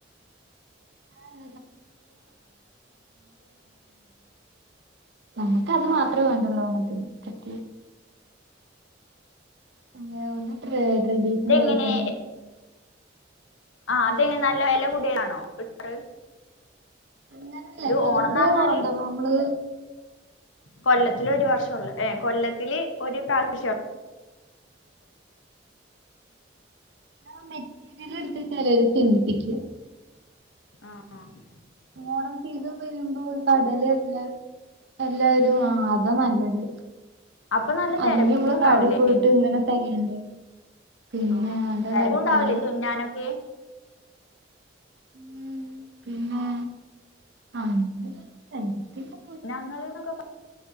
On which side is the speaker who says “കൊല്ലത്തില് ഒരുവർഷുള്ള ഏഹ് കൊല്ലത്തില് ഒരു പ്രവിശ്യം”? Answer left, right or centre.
Left